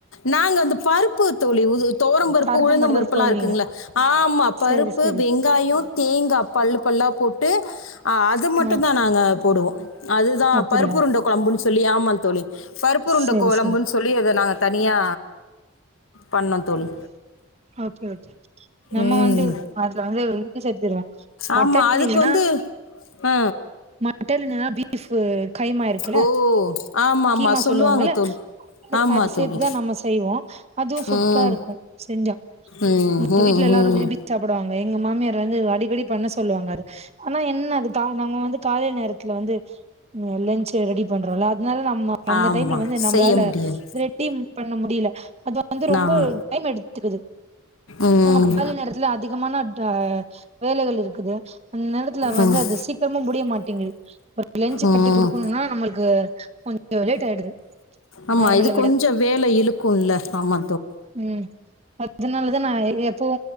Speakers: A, on the left (about 80°); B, on the right (about 30°).
A: நாங்க வந்து பருப்பு தோழி தோவரம் பருப்பு
B: கருப்பு
A: உளுந்தம்
B: மட்டுந்தா
A: பருப்பு எல்லாம்
B: சொல்லுவீங்க
A: இருக்குங்ள ஆமா பருப்பு
B: சேரி சேரி
A: வெங்காயம் தேங்கா பல்லு பல்லா போட்டு அது மட்டும்
B: ஆ
A: தா நாங்க போடுவோம் அது தா
B: அப்டியா
A: பருப்புருண்ட குழம்புன்னு சொல்லி ஆமா தோழி பருப்புருண்ட
B: சேரி
A: குழம்புன்னு
B: சேரி
A: சொல்லி அத நாங்க தனியா பண்ணோம் தோழி
B: ஓகே ஓகே நம்ம
A: ம்
B: வந்து அதுல வந்து இஞ்சி சேத்துடுவோ மட்டன்
A: ஆமா அதுக்கு
B: இல்லன்னா
A: வந்து ஆ
B: மட்டல் இல்லனா பீஃப் கைமா இருக்குல்ல
A: ஓ ஆமா ஆமா
B: கீமா சொல்லுவாங்க
A: தோழி ஆமா
B: அது சேத்துதா
A: தோழி
B: நம்ம செய்வோ அதுவும் சூப்
A: ம்
B: ப்பரா இருக்கூ செஞ்சா
A: ம்
B: எங்க
A: ம்
B: வீட்ல எல்லாரும்
A: ம்
B: விரும்பி சாப்டுவங்க எங்க மாமியார் வந்து அடிக்கடி பண்ண சொ சொல்லுவாங்க ஆனா என்ன அது <unintelligible> நாங் வந்து காலை நேரத்துல வந்து லஞ்சு ரெடி பண்றோம்ல அதனால நம்ம அந்த
A: ஆமாம்
B: டைம்ல வந்து நம்மளால
A: செய்ய முடியாது
B: ரெடி பண்ண முடியல அது வந்து
A: நான்
B: ரொம்ப டைம் எடுத்துக்குது
A: ம்
B: நம்ம காலை நேரத்துல அதிகமான ஆ வேலைகள் இருக்குது அந்த நேரத்துல வந்து
A: ம்
B: அது சீக்கிரமா முடிய மாட்டேங்குது லஞ்சு
A: ம்
B: கட்டி குடுக்கணும்னா நம்மளுக்கு கொஞ்சோ லேட் ஆயிடுது
A: ஆமா
B: நார்மல
A: இது
B: விட
A: கொஞ்சோ வேல இழுக்கும்ல ஆமா
B: ம் அதுனாலதா நா எப்பவு